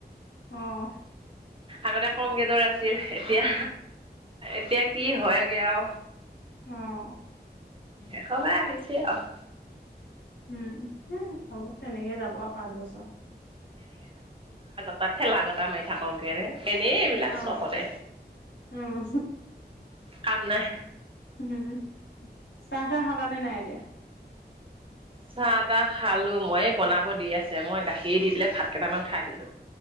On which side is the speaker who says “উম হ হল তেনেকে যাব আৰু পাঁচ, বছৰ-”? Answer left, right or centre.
Left